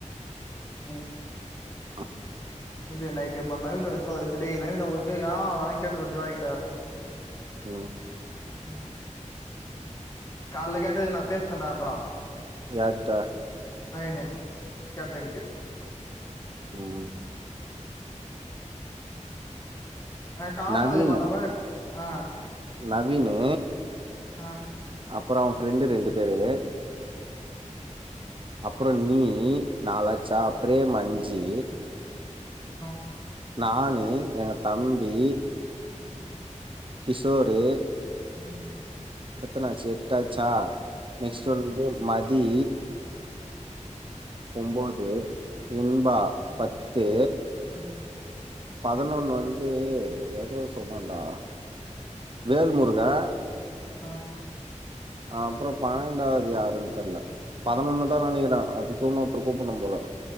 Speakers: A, on the left; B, on the right.
A: ம்
B: ஆ
A: நேத்து நைட்டு ம நவீன் டேய் நவீனங்க வாங்க ஒ கேட்டு ஜீவா கிட்ட
B: ம்
A: ம் கால்ல கேட்டதுக்கு நா பேசிடன்டான்றா
B: யார்ட
A: நவீனு கேட்ரிங்க்கு
B: ம்
A: <unintelligible>
B: நவீனு
A: இது மாட்டப் போனா ஆ
B: நவீனு
A: ஆ
B: அப்பறோ அவன் ஃப்ரெண்டீடு ரெண்டு பேரு அப்பறோ நீ நாலாச்சா ப்ரேம் அஞ்சு
A: ஆ
B: நானு எங்க தம்பி
A: ம்
B: கிஷோரு
A: ம்
B: எத்தன ஆச்சு எட்டாச்சா நெக்ஸ்ட்டு வந்து மதி ஒம்போது இன்பா பத்து
A: உ
B: பதினொன்னு வந்து எதோ சொன்னடா வேல்முருகே
A: ஆ
B: அப்றோ பன்னெண்டாவது யாருன் தெர்ல பதினொன்னுதா நெனைக்கிறே அதுக்கு இன்னொருத்தர் கூப்புடனு போல